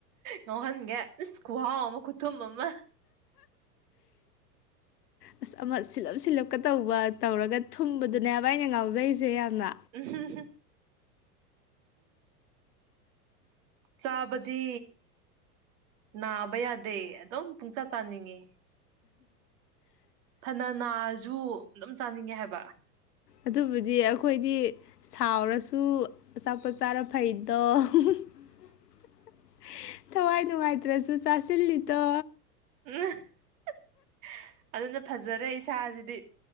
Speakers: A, on the right (about 55°); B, on the left (about 80°).
A: ꯌꯧꯍꯟꯒꯦ ꯏꯁ ꯈꯨꯍꯥꯎ ꯑꯃ ꯈꯨꯊꯨꯝ ꯑꯃ꯫
B: ꯑꯁ ꯑꯃ ꯁꯤꯜꯂꯞ ꯁꯤꯜꯂꯞꯀ ꯇꯧꯕ ꯇꯧꯔꯒ ꯊꯨꯝꯕꯗꯨꯅꯦꯕ ꯑꯩꯅ ꯉꯥꯎꯖꯔꯤꯁꯦ ꯌꯥꯝꯅ꯫
A: ꯎꯍ ꯍ꯫ ꯆꯥꯕꯗꯤ ꯅꯥꯕ ꯌꯥꯗꯦ ꯑꯗꯨꯝ ꯄꯨꯡꯆꯥꯥ ꯆꯥꯅꯤꯡꯏ꯫ ꯐꯥꯅ ꯅꯥꯔꯥꯖꯨ ꯑꯗꯨꯝ ꯆꯥꯅꯤꯡꯉꯦ ꯍꯥꯏꯕ꯫
B: ꯑꯗꯨꯕꯨꯗꯤ ꯑꯩꯈꯣꯏꯗꯤ ꯁꯥꯎꯔꯁꯨ ꯑꯆꯥꯄꯣꯠ ꯆꯥꯔ ꯐꯩꯗꯣ ꯎꯍꯨꯍꯨ꯫ <unintelligible> ꯊꯋꯥꯏ ꯅꯨꯡꯉꯥꯏꯇ꯭ꯔꯁꯨ ꯆꯥꯁꯤꯜꯂꯤꯗꯣ꯫
A: <unintelligible> ꯑꯗꯨꯅ ꯐꯖꯔꯦ ꯏꯁꯥꯁꯤꯗꯤ꯫